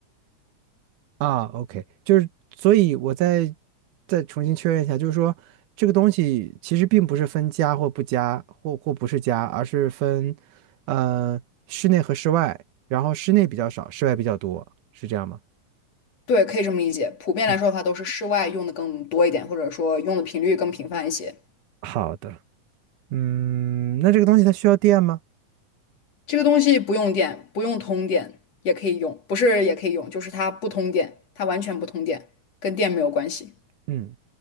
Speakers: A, on the right; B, on the left.
A: 啊。OK，就是所以我再再重新确认一下，就是说这个东西其实并不是分家或不家或或不是家，而是分呃室内和室外，然后室内比较少，室外比较多，是这样吗？
B: 对，可以这么理解。普遍来说的话，
A: 嗯，
B: 都是室外用的更多一点，或者说用的频率更频繁一些。
A: 好的。嗯，那这个东西它需要电吗？
B: 这个东西不用电，不用通电也可以用，不是也可以用，就是它不通电，它完全不通电，跟电没有关系。
A: 嗯，